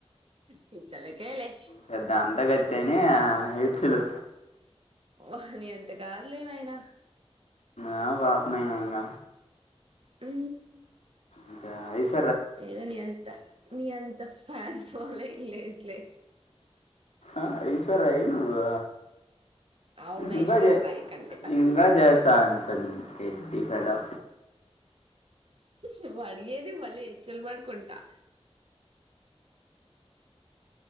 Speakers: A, on the right; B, on the left.
A: నీ తలకేలే
B: పెద్ద అంద గతని హెచ్చలు
A: హ నీ అంత కాద్ లె నాయనా
B: ఆ బాపనయినా ఇంగ
A: ఊ
B: ఇంకా ఐస్
A: లేదో నీ అంత నీ అంత ఫ్యాన్ ఫాలోంగ్ లేదులే
B: ఆ ఐస్వరయి నువు
A: అవును
B: ఇందాకే
A: ఐశ్వర్య రాయ్ కంటే తక్కువే
B: ఇందాక జేసానూ పెన్ పెదిసలా
A: నువ్వు అడిగేది మళ్ళీ హచ్చలు పడుకుంటా